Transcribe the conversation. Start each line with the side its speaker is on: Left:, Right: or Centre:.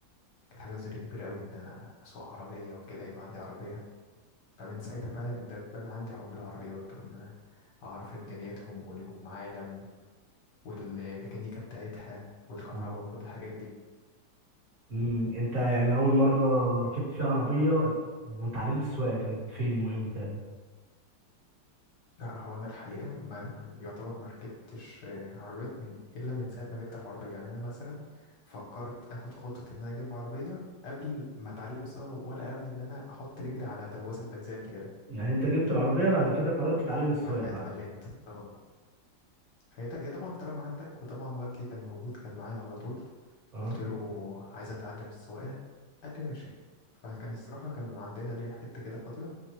Left: كانت حاجة زري كبيرة قوي إن أنا أسوق عربية وكده يبقى عندي عربية فمن ساعتها بقى ده اتبنى عندي حب العربيات وإن أنا أعرف إمكانياتهم وليهم عالم والميكانيكا بتاعتها والكهرباء
Right: اه
Left: وكل الحاجات دي
Right: امم انت يعني اول مره ركبت فيها عربيه وتعلمت السواقه كانت فين وامتى
Left: لا هو أنا الحقيقة ما يعتبر ما ركبتش آه، عربيات من إلا من ساعة ما جبت العربية يعني أنا مثلا فكرت آخد خطة إن أنا أجيب عربية قبل ما أتعلم سواقة ولا قبل إن أنا أحط رجلي على دواسة بنزين قبل كده
Right: يعني انت جبت العربيه بعد كده قررت تتعلم السواقه
Left: بعد كده
Right: بعد
Left: اتعلمت اه هي ط- هي طبعا طالما عندك وطبعا والدي كان موجود كان معايا على طول
Right: اه
Left: قلت له عايز اتعلم السواقه قال لي ماشي فكان الصراحه كان عندنا ليا حته كده فاضيه